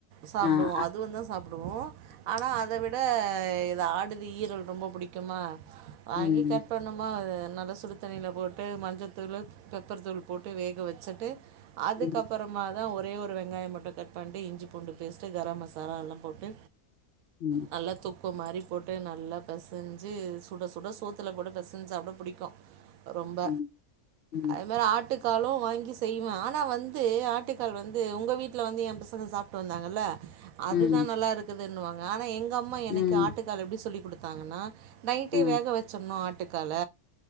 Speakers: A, on the right; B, on the left.
A: சாப்புடுவோ
B: ஆ அ
A: அதுவுந்தா சாப் டுவோ ஆனா அத விட இது ஆடுது ஈரல் ரொம்ப புடிக்குமா வாங்கி
B: ம்
A: கட் பண்ணமா அது நல்லா சுடு தண்ணில போட்டு மஞ்சத்துளு பெப்பர் தூள் போட்டு வேக வெச்சுட்டு அதுக்கப்புற
B: ம்
A: மா தா ஒரே ஒரு வெங்காயோ மட்டு கட் பண்ட்டு இஞ்ஜி பூண்டு பேஸ்ட்டு கரம் மசாலா எல்லா போட்டு
B: ம்
A: நல்லா தொக் கு மாரி போட்டு நல்லா பெசஞ்சி சுட சுட சோத்துல போட்டு பெசஞ்சி சாப்ட புடிக்கோ ரொம்ப
B: ம் ம்
A: அதே மாரி ஆட்டுக் காலோ வாங்கி செய்வே ஆனா வந்து து ஆட்டுக்கால் வந்து உங்க வீட்ல வந்து எம் பசங்க சாப்ட்டு வந்தாங்கல்ல அதுதா
B: ம்
A: நல்லா இருக்குது ன்ணுவாங்க ஆனா எ ங்கம்மா எனக்கு
B: ம்
A: ஆட்டுக்கால் எப்டி சொல்லி குடுத் தாங்கன்னா நைட்டே
B: அ
A: வேக வெச்சர்னு ஆ ட்டுக்கால